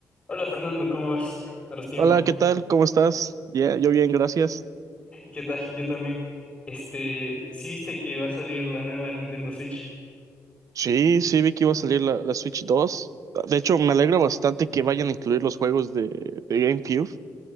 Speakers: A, on the left (about 15°); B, on the right (about 65°).
A: Hola Fernando, ¿cómo vas? A los tiempos.
B: Hola, ¿qué tal? ¿Cómo estás? Ya, yo bien, gracias.
A: ¿Qué tal? Yo también. Este, ¿sí viste que va a salir la nueva Nintendo Switch?
B: Sí, sí, vi que iba a salir la, la Switch 2. De hecho, me alegra bastante que vayan a incluir los juegos de, de GameCube.